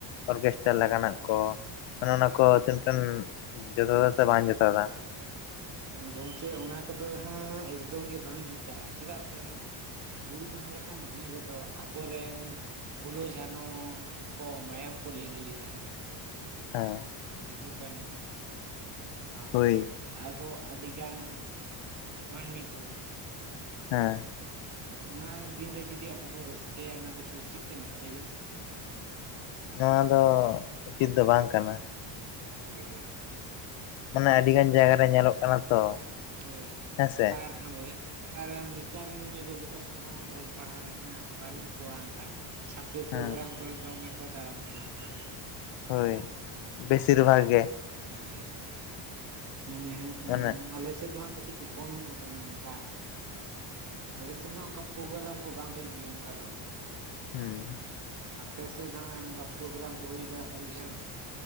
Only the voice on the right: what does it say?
<unintelligible> ᱜᱚᱢᱠᱮ ᱚᱱᱟ ᱠᱚᱫᱚ ᱦᱟᱸᱜ ᱮᱠᱫᱚᱢ ᱜᱮ ᱵᱟᱝ ᱡᱩᱛᱟᱹᱜᱼᱟ ᱪᱮᱫᱟᱜ ᱥᱮᱼᱼ ᱦᱩᱞ ᱢᱟᱦᱟ ᱞᱮᱠᱟᱱ ᱫᱤᱱ ᱨᱮᱫᱚ ᱟᱵᱚᱨᱮᱱ ᱯᱷᱩᱞᱳ ᱡᱷᱟᱱᱚᱼᱼ ᱠᱚ ᱢᱟᱭᱟᱢ ᱠᱚ ᱞᱤᱜᱤ ᱞᱮᱫᱟ ᱦᱮᱸᱵᱟᱝ
ᱥᱤᱫᱩ ᱠᱟᱹᱱᱩ ᱥᱟᱶᱛᱮ
ᱟᱨᱚ ᱟᱹᱰᱤ ᱜᱟᱱ ᱢᱟᱹᱱᱢᱤ ᱠᱚᱼᱼ
ᱟᱫᱚ ᱚᱱᱟ ᱫᱤᱱ ᱨᱮ ᱡᱩᱫᱤ ᱟᱵᱚ ᱵᱚᱱ ᱨᱟᱹᱥᱠᱟᱹᱭᱟ ᱚᱱᱟ ᱫᱚ ᱠᱤ ᱩᱪᱤᱛ ᱠᱟᱱᱟ ᱞᱟᱹᱭᱵᱮᱱ?
ᱦᱳᱭ
ᱦᱳᱭ
ᱟᱨ ᱦᱳᱭ ᱟᱨ ᱱᱮᱛᱟᱨ ᱨᱮᱱ ᱢᱟᱹᱭ ᱵᱟᱹᱵᱩ ᱛᱟᱠᱚ ᱦᱚᱸ ᱚᱞ ᱯᱟᱲᱦᱟᱣ ᱨᱮᱦᱟᱸᱜ ᱵᱟᱹᱱᱩᱜ ᱠᱚᱣᱟ ᱚᱱᱠᱟ᱾ ᱪᱷᱟᱯᱤ
ᱯᱨᱳᱜᱨᱟᱢ ᱠᱚᱨᱮ ᱫᱚᱢᱮ ᱠᱚ ᱫᱟᱬᱟᱱ ᱠᱟᱱᱟ ᱦᱮᱸ ᱵᱟᱝ?
ᱦᱳᱭ ᱢᱟᱱᱮ ᱦᱟᱸᱜ
ᱟᱞᱮ ᱥᱮᱫ ᱫᱚ ᱦᱟᱸᱜ ᱠᱟᱹᱴᱤᱡ ᱠᱚ ᱠᱚᱢ ᱧᱚᱜ ᱟᱠᱟᱱᱟ ᱚᱱᱠᱟ᱾ ᱟᱞᱮᱮᱥᱮᱫ ᱫᱚ ᱚᱱᱠᱟ ᱯᱨᱳᱜᱨᱟᱢ ᱠᱚ ᱵᱟᱝ ᱦᱩᱭᱩᱜ ᱜᱮᱭᱟ ᱚᱱᱠᱟ ᱫᱚ᱾
ᱟᱯᱮ ᱥᱮᱫ ᱫᱚᱦᱜ ᱚᱱᱠᱟ ᱯᱨᱳᱜᱨᱟᱢ ᱠᱚ ᱦᱩᱭ ᱵᱟᱲᱟᱜ ᱠᱟᱱ ᱜᱮᱭᱟ ᱦᱮᱸ ᱵᱟᱝ?